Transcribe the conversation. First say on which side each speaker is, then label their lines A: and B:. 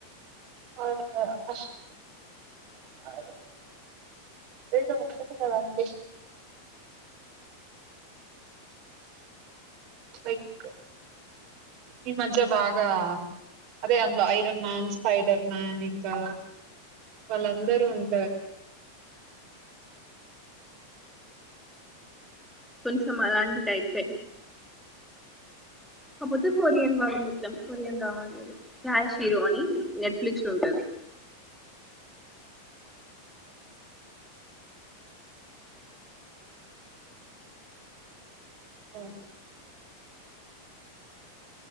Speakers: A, on the right; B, in the centre.
A: అదే అస్ అదే ఏదో ఉంటది కదా అండి లైక్ ఈ మధ్య బాగా అదే అందులో ఐరన్ మ్యాన్ స్పైడర్ మ్యాన్ ఇంకా వాళ్ళందరూ ఉంటారు
B: కొంచెం అలాంటి టైపే కాకపోతే కొరియన్ వాళ్ళు మొత్తం కొరియన్ రావాలి క్యాష్ హీరో అని నెట్ఫ్లిక్స్ లో ఉంటది
A: హ్మ్